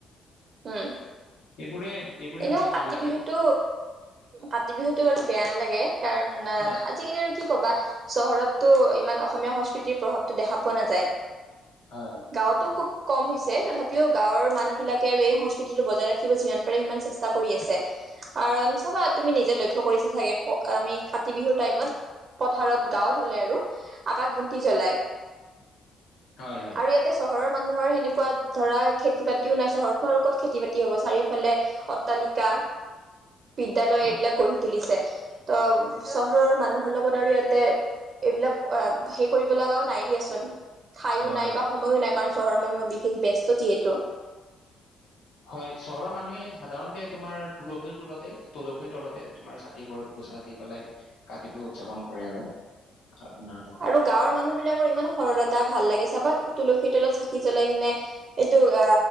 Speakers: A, on the right; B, on the left.
A: হম
B: এইবোৰে এইবোৰে
A: এনেও
B: মনত
A: কাতি
B: ভাল লাগে
A: বিহুতটো কাতি বিহুতটো বাৰু বেয়া নালাগে কাৰণ ন
B: হয়
A: আজিকালি আৰু কি ক'বা চহ ঘৰতো ইমান অসমীয়া সংস্কৃতিৰ প্ৰভাৱটো দেখা পোৱা নাযায়
B: হয় হয়
A: গাঁৱতো খুব কম হৈছে তথাপিও গাঁৱৰ মানুহ বিলাক আৰু এই সংস্কৃতিটো বজাই ৰাখিব যিমান পাৰে সিমান চেষ্টা কৰি আছে আৰু চাবা তুমি নিজে লক্ষ্য কৰিছা চাগে আমি কাতি বিহুৰ টাইমত পথাৰত গাঁৱত হলে আৰু আকাশ বন্তি জলাই
B: হয় হয়
A: আৰু ইয়াতে চহৰৰ মানুহ মানুহৰ সেনেকুৱা ধৰা খেতি-বাতিও নাই চহৰ আপোনাৰোকত খেতি-বাতি হ'ব চাৰিওফালে অট্টালিকা। বিদ্যালয়
B: হয়
A: এইবিলাক গঢ়ি তুলিছে। ত চহৰৰ মানুহৰ লগত আৰু ইয়াতে এইবিলাক হেই কৰিব লগাও নাই দিয়াচোন। ঠাইয়ো
B: হয়
A: নাই বা সময়ো নাই। কাৰণ চহৰৰ মানুহে বিশেষ ব্যস্ত যিহেতু
B: হয়, চহৰৰ মানুহে সাধাৰণতে তোমাৰ, তুলসীৰ তলতে তুলসীৰ তলতে তোমাৰ চাকিগছা দি পেলাই কাতি বিহু উদযাপন কৰে আৰু। আৰু মাহ প্ৰসাদ
A: আৰু
B: খায়।
A: গাঁৱৰ মানুহবিলাকৰ ইমান সৰলতা ভাল লাগে চাবা। তুলসীৰ তলত চাকি জ্বলাই কিনে এইটো আ,